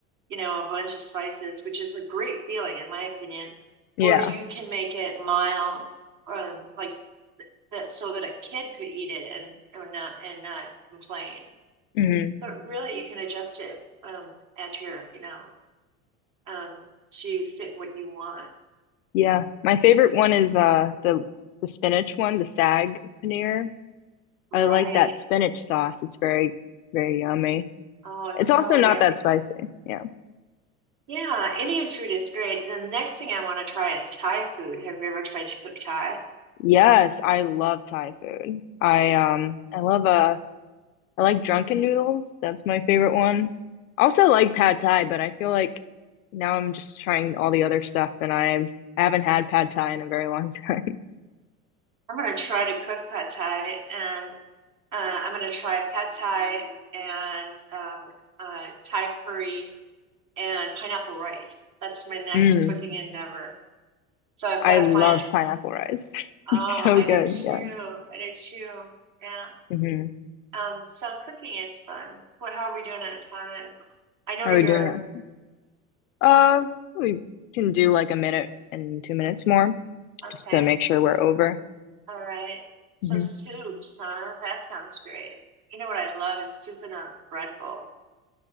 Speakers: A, on the right (about 45°); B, on the left (about 65°).
A: you know, a bunch of spices, which is a great feeling in my opinion.
B: yeah.
A: Or you can make it mild, um, like that so that a kid could eat it and or not and not complain.
B: Mm,
A: But really, you can adjust it um, at your you know um, to fit what you want.
B: yeah. My favorite one is uh the the spinach one, the sag paneer.
A: Right.
B: I like that spinach sauce. It's very, very yummy.
A: Oh, it's
B: It's also
A: so
B: not
A: yummy.
B: that spicy. Yeah.
A: Yeah, Indian food is great. The next thing I want to try is Thai food. Have you ever tried to cook Thai?
B: Yes, I love Thai food. I um I love uh I like drunken noodles. That's my favorite one. I also like pad thai, but I feel like now I'm just trying all the other stuff and I've I haven't had pad thai in a very long time. <laughs>
A: I'm going to try to cook pad Thai and uh, I'm going to try pad Thai and um, uh, Thai curry and pineapple rice. That's my next
B: Mm,
A: cooking endeavor. So I've
B: I
A: got
B: love
A: to find,
B: pineapple rice. <laughs>
A: oh,
B: It's so
A: I
B: good.
A: do too.
B: Yeah.
A: I do too. Yeah.
B: hmm
A: Um, so cooking is fun. What, how are we doing on time? I know
B: How
A: you're,
B: are we doing that? Uh, we can do like a minute and two minutes more.
A: okay.
B: just to make sure we're over.
A: All right. So
B: Mhm.
A: soups, huh? That sounds great. You know what I love is soup in a bread bowl.